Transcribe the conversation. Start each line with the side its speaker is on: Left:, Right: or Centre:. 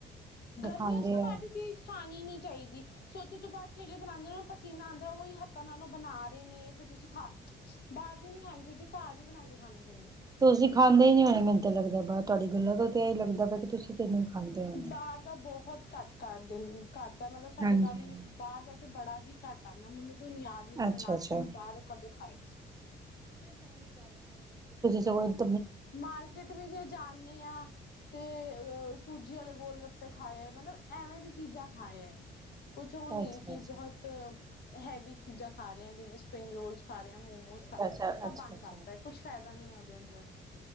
Right: ਦਿਖਾਉਂਦੇ
Left: ਗਰਮੀਆਂ ਚ ਤਾਂ ਬਾਹਰ
Right: ਹੈ
Left: ਦੀ ਚੀਜ਼ ਖਾਣੀ ਨੀ ਚਾਹੀਦੀ ਜੋ ਬਾਹਰ ਠੇਲੇ ਤੇ ਬਣਾਉਂਦੇ ਉਹਨਾ ਨੂੰ ਪਸੀਨਾ ਆਉਂਦਾ ਉਹੀ ਹੱਥਾਂ ਨਾਲ ਓ ਬਣਾ ਰਹੇ ਨੇ ਫਰ ਤੁਸੀਂ ਖਾ ਬਾਹਰ ਦੀ ਨੀ ਖਾਣੀ ਜਿਦੀ ਘਰ ਹੀ <unintelligible> <unintelligible>
Right: ਤੁਸੀਂ ਖਾਂਦੇ ਹੀ ਨੀ ਹੋਣੇ ਮੈਨੂੰ ਤਾਂ ਲੱਗਦਾ ਤੁਹਾਡੀ ਗੱਲਾਂ ਤੋਂ ਤੇ ਇਹੀ ਲੱਗਦਾ ਪਿਆ ਕਿ ਤੁਸੀਂ ਤੇ ਖਾਂਦੇ ਹੋਣੇ
Left: ਬਾਹਰ ਦਾ ਬਹੁਤ ਘੱਟ ਕਰਨ <unintelligible> ਤਾਂ ਮਤਲਬ ਸਾਡੇ
Right: ਹਾਂਜੀ
Left: ਘਰ ਬਾਹਰ ਦਾ ਤੇ ਬੜਾ ਹੀ ਘੱਟ ਆਉਂਦਾ ਮੈਨੂੰ ਮੈਨੂੰ ਯਾਦ ਵੀ ਨੀ
Right: ਅੱਛਾ
Left: ਮੈਂ ਲਾਸਟ
Right: ਅੱਛਾ
Left: ਟਾਈਮ ਬਾਹਰੋਂ ਕਦੋਂ ਖਾਇਆ ਸੀ
Right: ਚ <unintelligible>
Left: ਮਾਰਕੀਟ ਵੀ ਜੇ ਜਾਂਦੇ ਹਾਂ ਤੇ ਸੂਜੀ ਵਾਲੇ ਗੋਲ ਗੱਪੇ ਖਾਏ ਹੈ ਮਤਲਬ ਐਵੇਂ ਦੀ ਚੀਜ਼ਾਂ ਖਾਏ ਹੈ ਕੁਛ ਉਹ ਨਹੀਂ
Right: ਅੱਛਾ
Left: ਕਿ
Right: ਅੱਛਾ
Left: ਬਹੁਤ ਹੈਵੀ ਚੀਜ਼ਾਂ ਖਾ ਰਹੇ ਜਿਵੇਂ ਸਪਰਿੰਗ ਰੋਲਸ ਖਾ ਰਹੇ ਮੋਮੋਸ
Right: ਅੱਛਾ
Left: ਖਾ ਰਹੇ
Right: ਅੱਛਾ
Left: ਸਭ
Right: ਅੱਛਾ
Left: ਬੰਦ
Right: ਅੱਛਾ
Left: ਕਰ ਦਿੱਤਾ ਹੈ ਕੁਛ ਫਾਇਦਾ ਨਹੀਂ ਹੈ ਉਹਦੇ ਅੰਦਰ